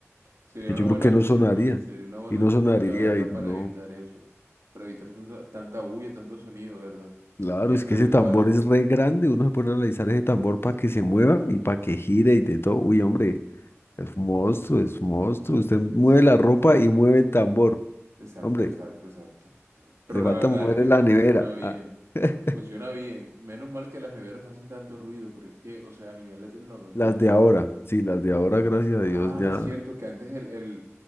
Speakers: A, on the right (about 75°); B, on the left (about 50°).
A: Sería
B: que
A: una
B: yo
A: buena
B: creo que
A: opción,
B: no sonaría,
A: sería una buena
B: y no
A: opción,
B: sonaría
A: la verdad,
B: y
A: para
B: no.
A: evitar eso. Para evitar tanta, tanta bulla, tanto sonido, ¿verdad?
B: Claro,
A: Oye,
B: es
A: pero
B: que ese
A: igual
B: tambor es re grande, uno se pone a analizar ese tambor para que se mueva y para que gire y de todo. Uy, hombre, es un monstruo, es un monstruo. Usted mueve
A: es,
B: la
A: es...
B: ropa y mueve el tambor.
A: Exacto,
B: Hombre,
A: exacto, exacto. Pero
B: le
A: la
B: falta
A: verdad
B: mover
A: es que
B: la
A: funciona
B: nevera.
A: bien.
B: Ah, <laughs>
A: Funciona bien. Menos mal que las neveras no hacen tanto ruido, pero es que, o sea, a nivel de tecnología.
B: las de ahora, sí, las de ahora, gracias a
A: Ah,
B: Dios, ya.
A: cierto que antes el, el,